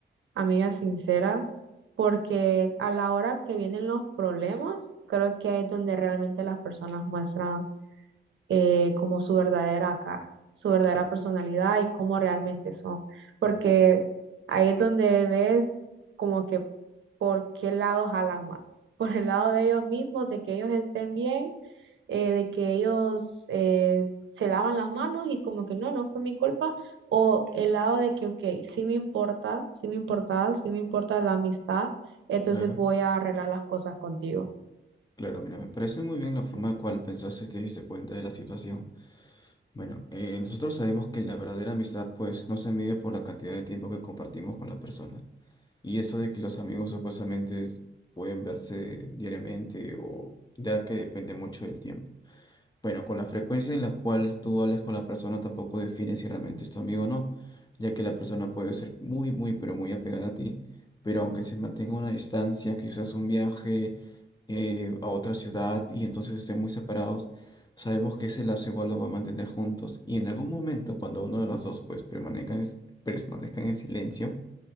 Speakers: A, on the right; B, on the left.
A: amigas sinceras, porque a la hora que vienen los problemas, creo que ahí es donde realmente las personas muestran eh, como su verdadera cara, su verdadera personalidad y cómo realmente son. Porque ahí es donde ves como que por qué lado jalan más. <laughs> Por el lado de ellos mismos, de que ellos estén bien, eh, de que ellos eh, se lavan las manos y como que no, no fue mi culpa. O el lado de que, ok, sí me importa, sí me importa, sí me importa la amistad, entonces
B: Claro,
A: voy a arreglar las cosas contigo.
B: claro, mira, me parece muy bien la forma en cual pensaste y te diste cuenta de la situación. Bueno, eh, nosotros sabemos que la verdadera amistad pues no se mide por la cantidad de tiempo que compartimos con la persona. Y eso de que los amigos supuestamente es- pueden verse diariamente o ya que depende mucho del tiempo. Bueno, con la frecuencia en la cual tú hables con la persona tampoco define si realmente es tu amigo o no, ya que la persona puede ser muy, muy, pero muy apegada a ti, pero aunque se mantenga una distancia, quizás un viaje eh, a otra ciudad y entonces estén muy separados, sabemos que ese lazo igual lo va a mantener juntos y en algún momento cuando uno de los dos pues permanezcan, permanezcan en silencio,